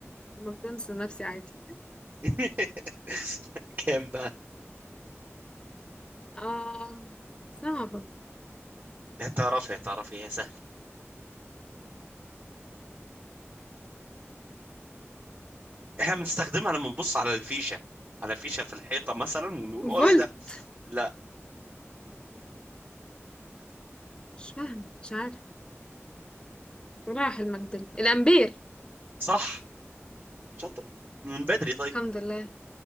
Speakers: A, on the left (about 20°); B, on the right (about 35°).
A: الماكدونالدز لنفسي عادي
B: <laughs> كام بقى
A: آه صعبة
B: هتعرفي هتعرفي هي سهله احنا بنستخدمها لما بنبص على الفيشه على فيشه في الحيطه مثلا ونقول
A: الفولت
B: اه ايه ده لا
A: مش فاهم مش عارف راح المجدل الامبير
B: صح شاطرة من بدري طيب
A: الحمد لله